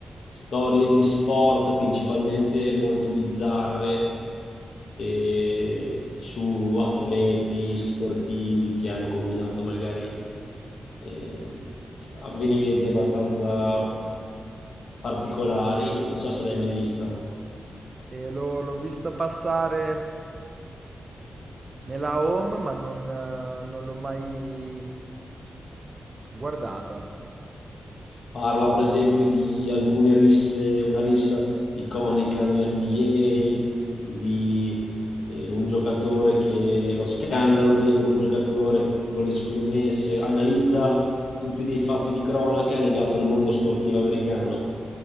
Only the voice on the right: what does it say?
E l'ho l'ho vista passare nella home, ma non, eh, non l'ho mai guardata.